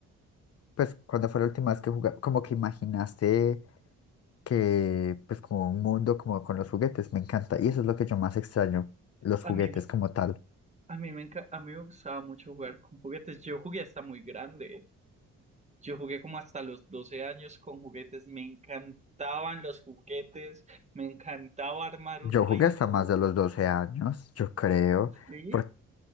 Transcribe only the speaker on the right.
¿no?
A
mí, me-
a mí me enca- a mí me gustaba mucho jugar con juguetes, yo jugué hasta muy grande. Yo jugué como hasta los 12 años con juguetes, me encantaban los juguetes, me encantaba armar
un reino.
Sí,